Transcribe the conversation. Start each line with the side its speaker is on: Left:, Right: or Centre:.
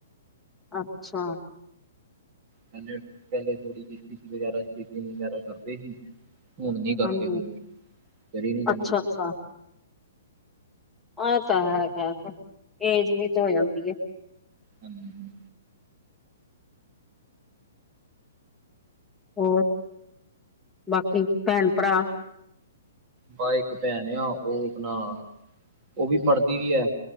Centre: ਅੱਛਾ
Right: ਪਹਿਲੇ ਪਹਿਲੇ ਥੋੜੀ ਜਿਹੀ ਸਟਿਚ ਵਗੈਰਾ ਸਟੀਿਚਿੰਗ ਵਗੈਰਾ ਕਰਦੇ ਸੀ ਹੁਣ ਨੀ ਕਰਦੇ
Centre: ਹਾਂਜੀ
Right: ਹੁਣ ਕਰੀ ਨੀ ਜਾਂਦੀ
Centre: ਅੱਛਾ ਅੱਛਾ ਆ ਤਾਂ ਹੈ ਖੈਰ ਏਜ ਵੀ ਹੋ ਜਾਂਦੀ ਆ
Right: ਹਮ
Centre: ਹੋਰ ਬਾਕੀ ਭੈਣ ਭਰਾ
Right: ਬਾਹ ਇੱਕ ਭੈਣ ਆ ਉਹ ਆਪਣਾ ਉਹ ਵੀ ਪੜਦੀ ਵੀ ਹੈ